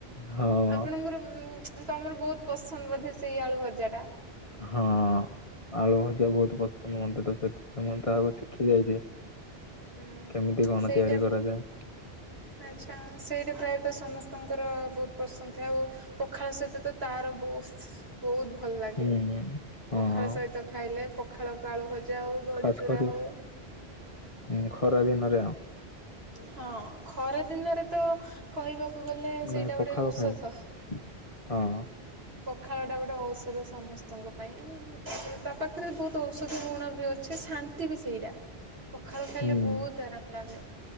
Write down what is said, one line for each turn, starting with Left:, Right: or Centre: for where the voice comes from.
Left: ହଁ
Right: ଆପଣଙ୍କର ତମର ବହୁତ ପସନ୍ଦ ବୋଧେ ସେଇ ଆଳୁ ଭଜା ଟା?
Left: ହଁ ଆଳୁ ଭଜା ବହୁତ ପସନ୍ଦ ମତେ ସେଥି ମୁଁ ତ ଆ ଶିଖି ଯାଇଛି।
Right: ହୁଁ
Left: କେମିତି କଣ
Right: ସେଇଟା
Left: ତିଆରି କରାଯାଏ।
Right: ଆଛା ସେଇଟା ପ୍ରାୟ ତ ସମସ୍ତଙ୍କର ବହୁତ ପସନ୍ଦ ଥାଏ, ଆଉ ପଖାଳ ସହିତ ତ ତ ବହୁ ବହୁତ ଭଲ ଲାଗେ
Left: ହୁଁ ହଁ
Right: ପଖାଳ ସହିତ ଖାଇଲେ ପଖାଳକୁ ଆଳୁ ଭ ଜାହଉ, ବଡ଼ି
Left: ଖାସ
Right: ଚୁରା
Left: କରି
Right: ହଉ।
Left: ହୁଁ ଖରା ଦିନରେ ଆଉ।
Right: ହଁ ଖରା ଦିନରେ ତ କହିବା କୁ, ଗଲେ ସେଇଟା
Left: ନାଇଁ ପଖାଳ
Right: ଗୋଟେ ଔଷଧ।
Left: ଖାଇବାକୁ ହଁ
Right: ପଖାଳଟା ଗୋଟେ ଔଷଧ ସମସ୍ତଙ୍କ ପାଇଁ ତାପରେ ତା ପାଖରେ ବହୁତ ଔଷଧ ଗୁଣ ବି ଅଛି। ଶାନ୍ତି ବି ସେଇଟା ପଖାଳ ଖାଇଲେ
Left: ହୁଁ
Right: ବହୁତ ଆରାମ ଲାଗେ।